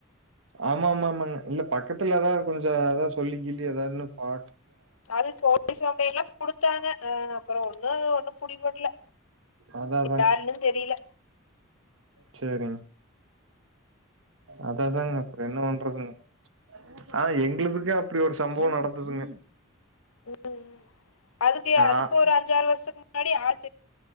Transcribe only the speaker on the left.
அது போலீஸ் கம்பளைண்டெல்லா குடுத்தாங்க அ அ அப்பறோ ஒண்ணு அது ஒண்ணும் புடி படல
யாருன்னு தெரியல
ம் ம் அதுக்கே அதுக்கு
ஒரு அஞ்சாறு வருஷத்துக்கு முன்னாடி ஆட்